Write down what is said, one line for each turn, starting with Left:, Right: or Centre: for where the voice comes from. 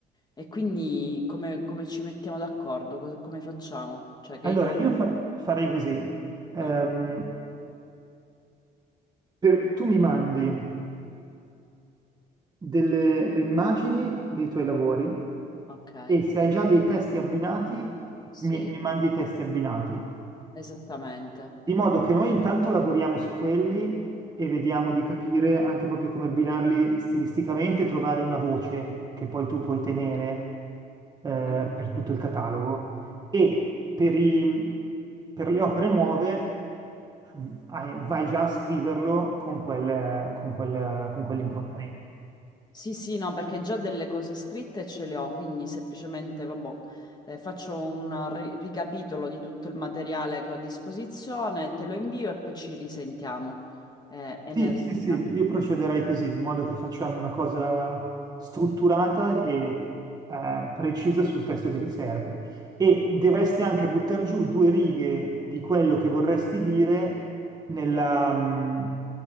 Left: E quindi come, come ci mettiamo d'accordo? Cos- Come facciamo? Cioè
Right: Allora,
Left: che io...
Right: io fa- farei così. Ehm,
Left: Ah,
Right: per- tu mi mandi delle le immagini dei tuoi lavori
Left: ok,
Right: e se hai già dei testi abbinati,
Left: sì,
Right: mi, mi mandi i testi abbinati.
Left: esattamente.
Right: Di modo che noi intanto lavoriamo su quelli e vediamo di capire anche proprio come abbinarli stilisticamente, trovare una voce che poi tu puoi tenere eh,
Left: Ok.
Right: per tutto il catalogo. E per i- per le opere nuove v- hai- vai già a scriverlo con quel- con quel- con quell'impronta lì.
Left: Sì, sì, no, perché già delle cose scritte ce le ho, quindi semplicemente, vabbè, eh, faccio un ri- ricapitolo di tutto il materiale che ho a disposizione, te lo invio e poi ci risentiamo eh, e
Right: Sì,
Left: ne riparliamo.
Right: sì, sì, io procederei così, di modo che facciamo una cosa strutturata e eh, precisa sul testo che ti serve. E dovresti anche buttare giù due righe di quello che vorresti dire nella, mm,